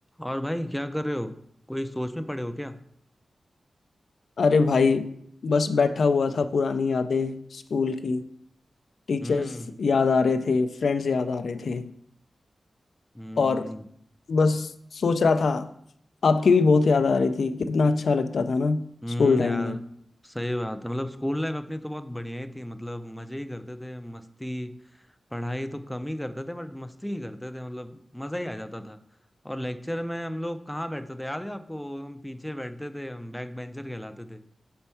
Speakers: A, in the centre; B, on the left (about 80°).
A: और भाई क्या कर रहे हो कोई सोच में पड़े हो क्या
B: अरे भाई बस बैठा हुआ था पुरानी यादें स्कूल की टीचर्स
A: हम्म
B: याद आ रहे थे फ्रेंड्स याद आ रहे थे
A: हम्म
B: और बस सोच रहा था आपकी भी बहुत याद आ रही थी कितना अच्छा लगता था ना
A: हम्म
B: स्कूल टाइम
A: यार
B: में
A: सही बात है मतलब स्कूल लाइफ अपनी तो बहुत बढ़िया ही थी मतलब मजे ही करते थे मस्ती पढ़ाई तो कम ही करते थे बट मस्ती ही करते थे मतलब मजा ही आ जाता था और लेक्चर में हम लोग कहाँ बैठते थे याद है आपको हम पीछे बैठते थे हम बैक बेंचर कहलाते थे